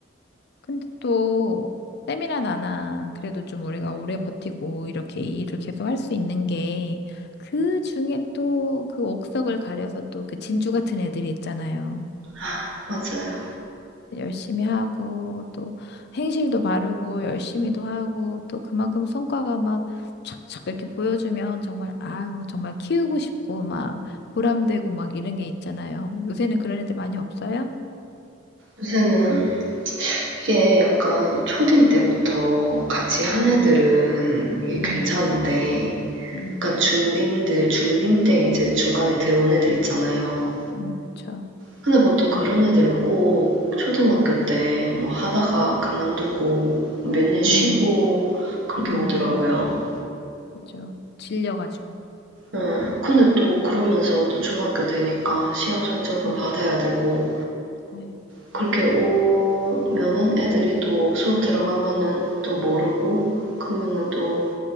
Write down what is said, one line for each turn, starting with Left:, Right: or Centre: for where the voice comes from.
Left: 근데 또 쌤이나 나나 그래도 좀 우리가 오래 버티고 이렇게 이 일을 계속 할 수 있는 게 그 중에 또 그 옥석을 가려서 또 그 진주 같은 애들이 있잖아요.
Right: 아, 맞아요.
Left: 열심히 하고 또 행실도 바르고 열심히도 하고 또 그만큼 성과가 막 착착 이렇게 보여주면 정말 아유 정말 키우고 싶고 막 보람되고 막 이런 게 있잖아요. 요새는 그런 애들 많이 없어요?
Right: 요새는 이게 약간 초딩 때부터 같이 한
Left: 음,
Right: 애들은 이게
Left: 음,
Right: 괜찮은데,
Left: 음,
Right: 그러니까 중딩들, 중딩 때 이제 중간에 들어온 애들 있잖아요.
Left: 음, 그쵸.
Right: 근데 보통 그런 애들은 꼭 초등학교 때 뭐 하다가 그만두고 몇 년 쉬고
Left: 음.
Right: 그렇게
Left: 음,
Right: 오더라고요.
Left: 그죠. 질려가지고.
Right: 응. 근데 또 그러면서 또 중학교 되니까 시험 성적은
Left: 음,
Right: 받아야 되고
Left: 네.
Right: 그렇게 오면은 애들이 또 수업 들어가면은 또 모르고 그러면은 또